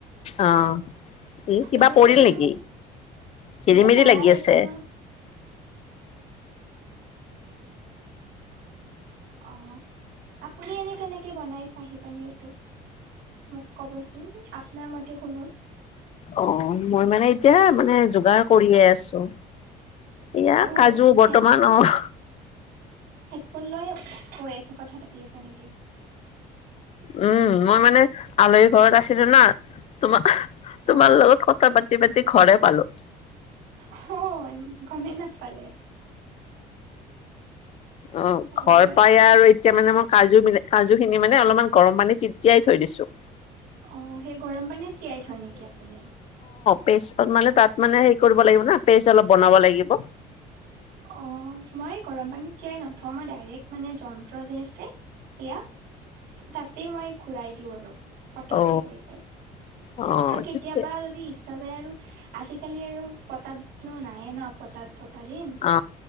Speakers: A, on the left; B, on the right.
A: অ এই
B: বেলেগৰনো
A: কিবা পৰিল নেকি?
B: সেই
A: খেলি মেলি
B: নাই
A: লাগি
B: এতিয়া
A: আছে।
B: মই অ' আপুনি এনেই কেনেকে বনায় চাহী পনীৰটো। মোক কবচোন আপোনাৰ মতে শুনো।
A: অ' মই মানে এতিয়া মানে যোগাৰ কৰিয়ে আছো। এয়া
B: অ'
A: কাজু বৰ্তমান
B: হেড
A: অ'।
B: ফোন লয় কৈ আছে কথা পাতি আছে নেকি?
A: উম, মই মানে আলহী ঘৰত আছিলো না। তোমাৰ তোমাৰ
B: অ'
A: লগত কথা পাতি পাতি ঘৰে পালোঁ।
B: হয়, গমেই নাপালে।
A: অ'
B: ভালে
A: ঘৰ পায়ে আৰু এ। এতিয়া মানে মই কাজু মিল কাজু খিনি মানে অলপমান গৰম পানী তে তিয়াই থৈ দিছোঁ।
B: অ' সেই গৰম পানীত তিয়াই থয় নেকি আপুনি?
A: পেষ্টত মানে তাত মানে হেৰি কৰিব লাগিব ন পেষ্ট অলপ বনাব লাগিব।
B: অ' মই গৰম পানীত তিয়াই নথওঁ। মই ডাইৰেক্ট মানে যন্ত্ৰ যে আছে। এয়া তাতেই মই ঘূৰাই দিওঁ আৰু। পতককে
A: অ অ
B: হৈ যায় আৰু
A: অ
B: কেতিয়াবা
A: ঠিকে
B: যদি ইচ্ছা যায় আৰু। আজিকালি আৰু পটাতনো নাইে ন পটাত পতা দিন।
A: অ